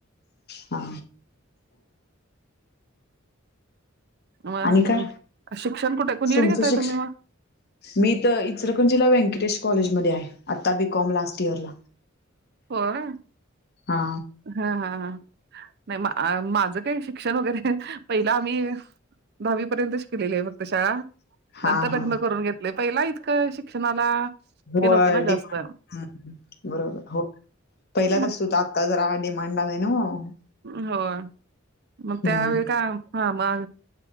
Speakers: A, on the left; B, on the right.
A: हा
B: म
A: आणि काय
B: ह शिक्षण कुठ कुनीकड
A: तुमचं
B: घेतताय
A: शिक्ष
B: तुम्ही म
A: मी इथं इचलकरंजीला व्यंकटेश कॉलेजमध्ये आहे आत्ता बी कॉम लास्ट इयरला
B: होय.
A: हा
B: हा हा हा नाय माझं काय शिक्षण वगैरे पहिल आम्ही दहावी पर्यंत शि कलेलेय आहे फक्त शाळा
A: हा
B: नंतर लग्न
A: हा
B: करून घेतलय पहिला इतकं शिक्षणाला
A: होय
B: हे नव्हतं ना जास्त
A: डिमांड बरोबर हो पहिलाच
B: मग
A: असतो आ आता जरा डिमांड आलाय नव्ह.
B: होय मग
A: हम्म.
B: त्यावेळी काय हा मग